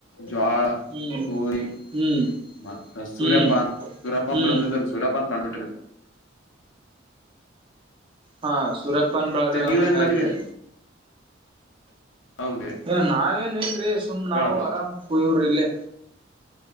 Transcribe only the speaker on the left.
ಜ್ವಾಳ
ಗೋದಿ
ಮತ್ತೆ ಸೂರ್ಯಪ್ಪನ್
ಸೂರಪ್ಪನ್
ಬೆಳೆದಿದ ಸೂರ್ಯಪ್ಪನ್ ಕಂಡ್ಬಿಟ್ಟ ರೀ
ನೀವ
ಏನ್ ಮಾಡಿರಿ
ಹೌದ
ಬೆಳದು